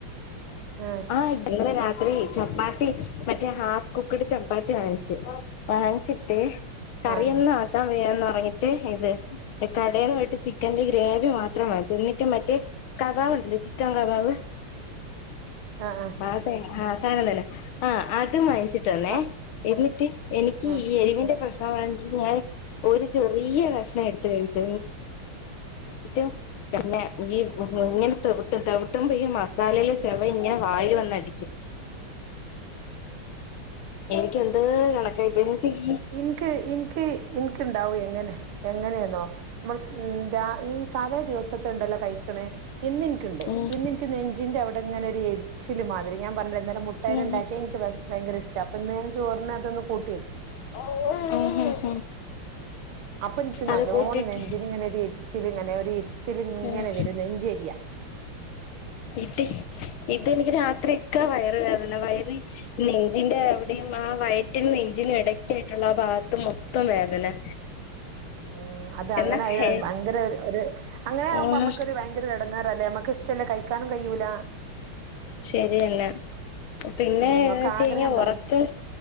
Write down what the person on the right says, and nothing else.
ആഹ്
ആഹ്
ആഹ്
ആഹ്
ആഹ്
എനിക്ക് എനിക്ക് എനിക്ക് ഉണ്ടാവും എങ്ങനെ എങ്ങനെയെന്നോ നമ്മൾ ഈ തലേ ദിവസത്ത ഉണ്ടല്ലോ കഴിക്കണ ഇന്ന് എനിക്കുണ്ട്
ഇന്ന് എനിക്ക് ന നെഞ്ചിൻ്റെ അവിടെങ്ങനെ ഒരു എരിച്ച മാതിരി ഞാൻ പറഞ്ഞില്ല അന്നെരം മുട്ടൽ
ഉണ്ടാക്കിയ എനിക്ക് ഭയങ്കര ഇഷ്ട അപ്പം ഞാ ചോറിനെ അതൊന്ന് കൂട്ടിയാക്കി
അപ്പൊ എനിക്ക് നല്ലോണ്ണം
നെഞ്ചില ഇങ്ങനെ ഒരു എരിച്ചില ഇങ്ങനെ ഒരു എരിച്ചില ഇങ്ങനെ
വരും നെഞ്ചരിയാ
ഉം അത് അങ്ങനെ
ഭയങ്കര ഒരു അങ്ങനെ ആകുമ്പോ
നമ്മക്കൊ ഒരു ഭയങ്കര തുടങ്ങാറല്ലേ നമ്മക്ക് ഇഷ്ടല്ലേ കഴിക്കാനും കഴൂല
ഉം
ഒക്കെ
ആഗ്രഹം
ഉണ്ടാവും